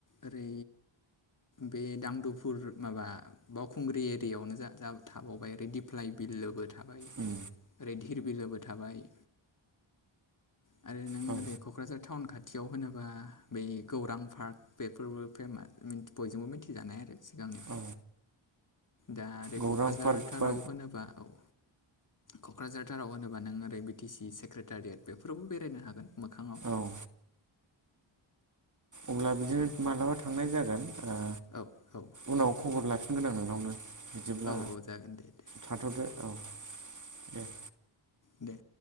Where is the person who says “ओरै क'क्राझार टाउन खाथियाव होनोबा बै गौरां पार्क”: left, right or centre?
Left